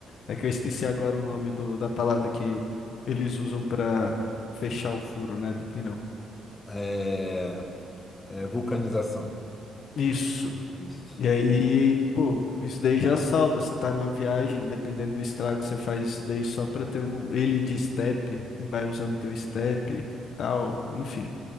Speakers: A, on the left; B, on the left.
A: É que eu esqueci agora o nome do, da palavra que eles usam pra fechar o furo, né, do pneu.
B: É, é, vulcanização.
A: Isso.
B: Isso.
A: E aí, pô, isso daí já salva. Você tá numa viagem, dependendo do estrago, você faz isso daí só pra ter o, ele de step e vai usando teu step e tal. Enfim,